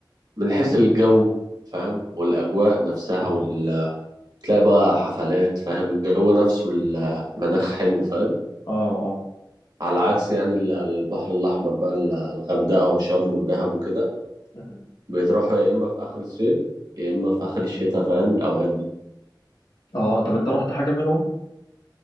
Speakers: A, on the right; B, on the left.
A: من حيث الجو فاهم والأجواء نفسها وال... تلاقي بقى حفلات فاهم الجو نفسه المناخ حلو فاهم
B: اه اه
A: على عكس يعني ال- البحر الأحمر بقى ال- الغردقة وشرم ودهب وكده
B: مم.
A: بتروحوا يا اما في اخر الصيف يا اما في اخر الشتاء فاهم الاوقات دي
B: اه طب انت رحت حاجه منهم